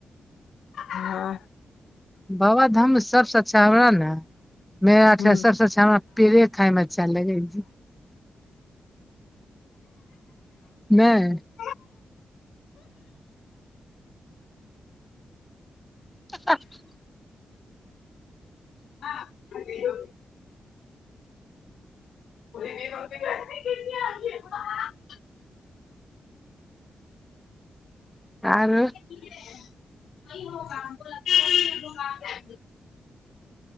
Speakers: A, on the left; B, in the centre.
A: हँ
B: बाबा धाम सबस अच्छा हमरा ने मेराठ
A: हूं
B: सबस अच्छा हमरा पे खाय म अच्छा लगैत छै नहि
A: ह
B: <unintelligible>
A: <inaudible> <inaudible>
B: आरो
A: <inaudible>